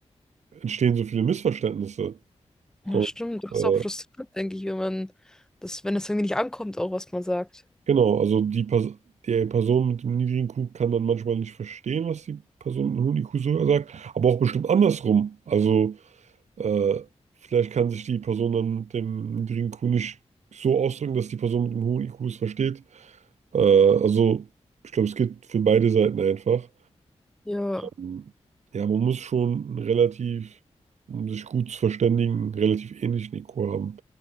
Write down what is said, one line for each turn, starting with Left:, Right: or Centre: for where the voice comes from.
Right: entstehen so viele Missverständnisse. Und
Centre: ja stimmt, das
Right: äh,
Centre: ist auch frustrierend, denke ich, wenn man das, wenn das irgendwie nicht ankommt, auch was man sagt.
Right: Genau, also die, Pers die Person mit dem niedrigen IQ kann dann manchmal nicht verstehen, was die Person mit einem hohen IQ so sagt, aber auch bestimmt andersrum. Also äh, vielleicht kann sich die Person dann mit dem niedrigen IQ nicht so ausdrücken, dass die Person mit dem hohen IQ es versteht. Äh, also ich glaube, es geht für beide Seiten einfach.
Centre: Ja.
Right: Ähm, Ja, man muss schon einen relativ, um sich gut zu verständigen, einen relativ ähnlichen IQ haben.